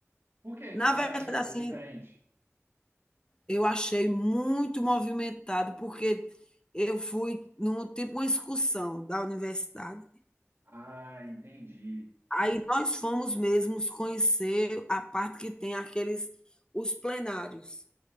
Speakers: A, on the right; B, on the left.
A: Por que
B: Na
A: que você
B: verdade,
A: achou
B: assim,
A: diferente?
B: eu achei muito movimentado, porque eu fui num tipo uma excursão da universidade.
A: Ah, entendi.
B: Aí nós fomos mesmos conhecer a parte que tem aqueles os plenários.